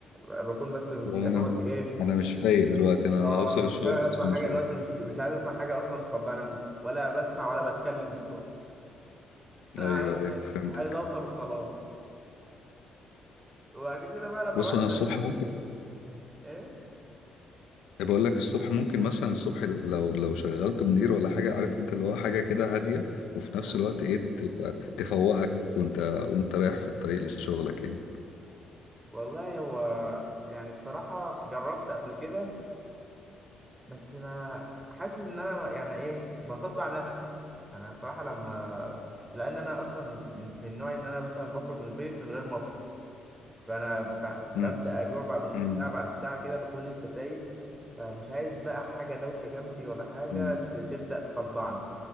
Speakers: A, on the right (about 20°); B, on the left (about 80°).
A: بكون بس
B: لا
A: يا
B: أنا
A: دوبك ايه
B: أنا مش فايق دلوقتي أنا
A: اه
B: هوصل
A: مش
B: الشغل
A: فاهم اسمع
B: بس ونشوف
A: حاجة دلوقتي مش مش عايز اسمع حاجة اصلا تصدقني ولا بسمع ولا بتكلم الصبح <laughs> انا
B: أيوه
A: عايز
B: أيوه فهمتك
A: عايز اوصل وخلاص وبعد كده بقى لما
B: بص
A: الواحد
B: أنا
A: بقى
B: الصبح
A: بي-
B: ممكن
A: ايه
B: بقول لك الصبح ممكن مثلا الصبح لو لو شغلت منير ولا حاجه عارف انت اللي هو حاجه كده هاديه وفي نفس
A: آه.
B: الوقت ايه تت- تفوقك وانت وانت رايح في الطريق لشغلك يعني
A: والله هو يعني بصراحة جربت قبل كده بس ما حاسس ان انا يعني ايه بصدع نفسي يعني بصراحه لما لان انا اصلا من من نوعي ان انا مثلا بخرج من البيت من غير ما افطر فانا ب- ببدا
B: مم.
A: اجوع بعد نص
B: مم.
A: ساعه بعد ساعه كده بكون لسه سايق فمش عايز بقى حاجه دوشه جنبي ولا حاجه
B: مم.
A: ت- تبدا تصدعني